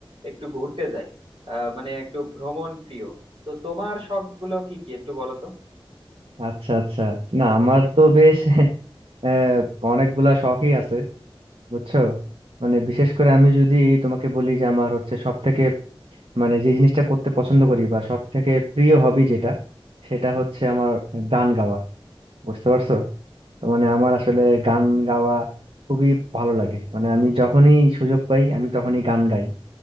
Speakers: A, on the right; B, on the right.
A: একটু ঘুরতে যাই আহ, মানে একটু ভ্রমণ প্রিয় তো তোমার শখ গুলো কি কি একটু বলো তো
B: আচ্ছা আচ্ছা না আমার তো বেশ <laughs> আহ অনেকগুলা শখই আছে বুঝছো মানে বিশেষ করে আমি যদি তোমাকে বলি যে আমার হচ্ছে সব থেকে মানে যে জিনিসটা করতে পছন্দ করি বা সব থেকে প্রিয় হবি যেটা সেটা হচ্ছে আমার গান গাওয়া বুঝতে পারছো মানে আমার আসলে গান গাওয়া খুবই ভালো লাগে মানে আমি যখনই সুযোগ পাই আমি তখনই গান গাই